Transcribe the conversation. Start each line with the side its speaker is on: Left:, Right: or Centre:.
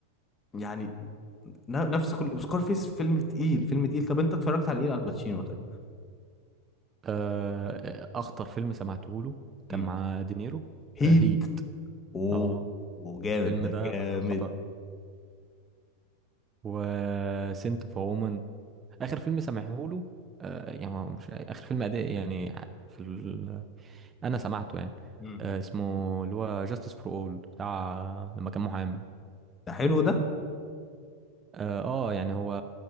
Left: يعني ن- نفس كل سكار فيس فيلم تقيل فيلم تقيل طب انت اتفرجت على ايه على الباتشينو طيب
Right: آه، اخطر فيلم سمعته له كان
Left: امم
Right: مع دينيرو
Left: هيت
Right: آه، هي
Left: اوه
Right: اه
Left: أوه، جامد
Right: الفيلم
Left: ده
Right: ده
Left: جامد
Right: خطأ وسنت فور اخر فيلم سامعهوله آه يعني هو مش اخر فيلم أداء يعني في ال... انا سمعته يعني
Left: امم
Right: آه اسمه اللي هو جاستس فور اول بتاع لما كان محامي
Left: ده حلو ده
Right: اه آه، يعني هو